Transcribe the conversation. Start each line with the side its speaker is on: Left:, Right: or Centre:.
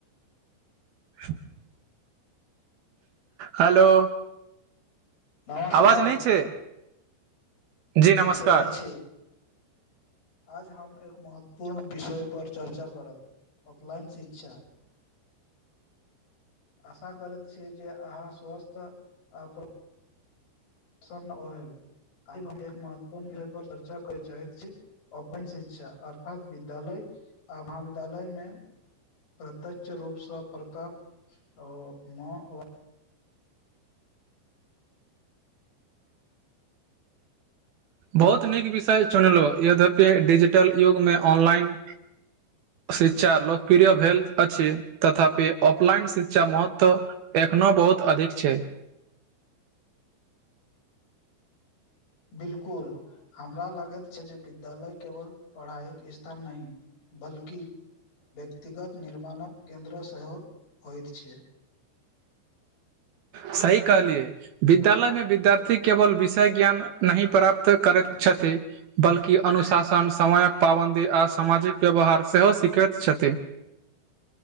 Right: <inaudible> हलो
Left: नमस्कार
Right: आवाज नहि छै जी
Left: नहि
Right: नमस्कार
Left: छै नहि छै आज हम एक महत्वपूर्ण विषय पर चर्चा करब ऑफलाइन शिक्षा
Right: <inaudible>
Left: आशा करैत छीियै जे अहाँ स्वस्थ आ प्रसन्न आ हम एक महत्वपूर्ण विषय पर चर्चा करय चाहैत छी ओपन शिक्षा अर्थात विद्यालय आ महाविद्यालयमे प्रत्यक्ष रूपसँ प्रताप ओ मऽ
Right: बहुत नीक विषय चुनलहु यद्यपि डिजिटल युग मे ऑनलाइन शिक्षा लोकप्रिय भेल अछि तथापि ऑफलाइन शिक्षा महत्व एखनो बहुत अधिक छै
Left: बिलकुल हमरा लगैत छै जे विद्यालय केवल पढ़ाईक स्थान नही बल्कि व्यक्तिगत निर्माणक केन्द्र सेहो होइत छै
Right: सही कहलिए विद्यालय मे विद्यार्थी केवल विषय ज्ञान नही प्राप्त करैत छथी बल्कि अनुशासन, समयक पाबन्दी आ सामाजिक व्यवहार सेहो सिखैत छथी